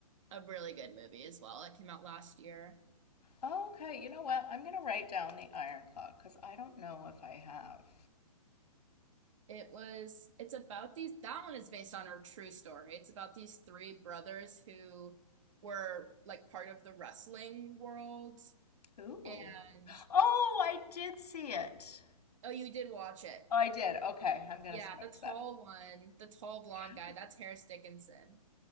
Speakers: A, on the right (about 55°); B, on the left (about 80°).
A: a really good movie as well. It came out last year.
B: Okay. You know what? I'm gonna write down the Iron Clock because I don't know if I have.
A: It was it's about these that one is based on a true story. It's about these three brothers who were like part of the wrestling world
B: Ooh.
A: and
B: Oh, I did see it.
A: oh you did watch it.
B: Oh, I did. Okay. I'm gonna
A: Yeah,
B: scratch
A: the tall
B: that.
A: one, the tall blonde
B: Yeah.
A: guy, that's Harris Dickinson.